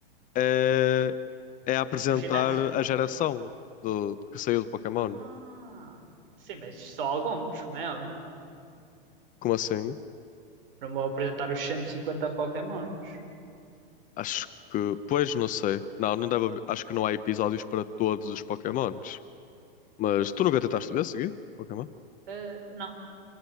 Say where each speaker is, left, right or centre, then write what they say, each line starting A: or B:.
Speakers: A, on the left (about 30°); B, on the right (about 70°).
A: é, é apresentar
B: um ginásio?
A: a geração do, que saiu do Pokémon.
B: Ah, sim, mas só alguns, como é óbvio.
A: Como assim?
B: Não vou apresentar os 150 Pokémons.
A: Acho que. Pois, não sei. Não, não deve haver- Acho que não há episódios para todos os Pokémons. Mas tu nunca tentaste ver seguido? Pokémon?
B: Ah, não.